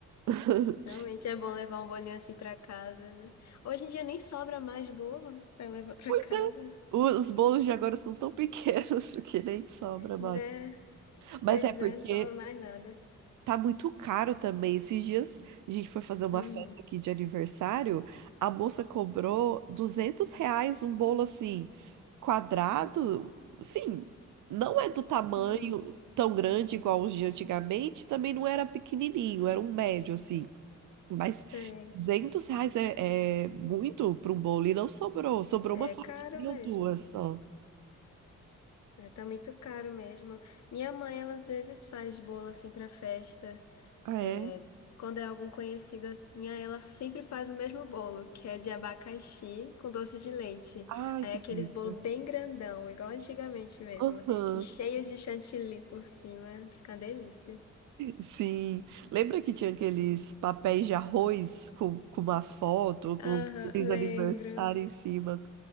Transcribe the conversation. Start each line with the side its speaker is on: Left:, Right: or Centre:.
Right: <laughs>
Left: Realmente é bom levar um bolinho assim pra casa, né? Hoje em dia nem sobra mais bolo pra levar pra
Right: Pois
Left: casa,
Right: é. Os bolos de agora estão tão pequenos <laughs> que nem sobra mais.
Left: né?
Right: Mas
Left: Pois
Right: é porque
Left: é, não sobra mais nada.
Right: Tá muito caro também. Esses dias a gente foi fazer uma
Left: Uhum.
Right: festa aqui de aniversário. A moça cobrou 200 reais um bolo assim, quadrado. Sim, não é do tamanho
Left: Hum,
Right: tão grande igual os de antigamente. Também não era pequenininho, era um médio assim. Mas
Left: sei.
Right: 200 reais é, é muito para um bolo. E não sobrou. Sobrou
Left: É
Right: uma fatia
Left: caro mesmo.
Right: ou duas só.
Left: É, tá muito caro mesmo. Minha mãe, ela às vezes faz bolo assim pra festa.
Right: Ah,
Left: É,
Right: é?
Left: Quando é algum conhecido assim, aí ela sempre faz o mesmo bolo, que é de abacaxi com doce de leite.
Right: Ai,
Left: Aí
Right: que
Left: é aqueles
Right: delícia.
Left: bolo bem grandão, igual antigamente mesmo,
Right: Aham.
Left: e cheio de chantilly por cima, fica uma delícia.
Right: Sim, lembra que tinha aqueles papéis de arroz com, com uma foto, com
Left: Aham,
Right: feliz
Left: lembro.
Right: aniversário em cima?